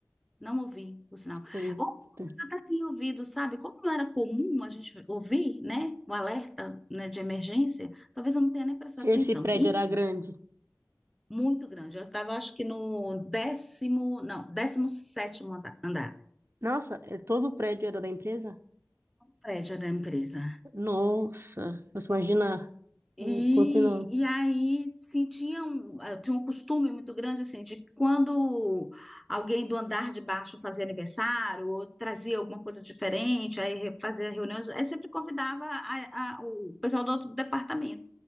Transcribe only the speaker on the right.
Eita.
Esse
prédio
era grande.
Nossa, é- todo o prédio era da empresa?
Nossa, você imagina
o quanto não.